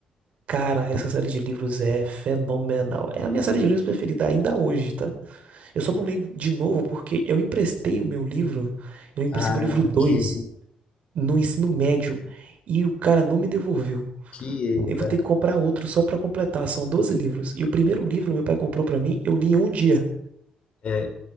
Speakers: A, on the right; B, on the left.
A: Cara, essa série de livros é fenomenal. É a minha série de livros preferida ainda hoje, tá? Eu só não li de novo porque eu emprestei o meu livro. Eu emprestei
B: Ah,
A: meu livro dois.
B: que erro,
A: no ensino médio e o cara não me devolveu.
B: que erro,
A: Eu
B: cara.
A: vou ter que comprar outro só pra completar. São 12 livros. E o primeiro livro meu pai comprou pra mim, eu li em um dia.
B: É,